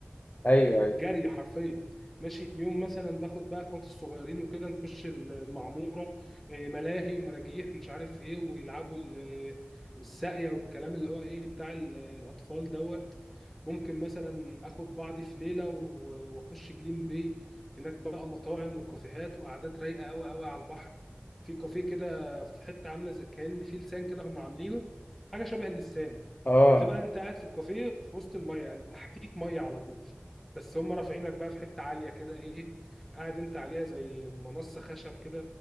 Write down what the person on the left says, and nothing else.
ايوه ايوه
اه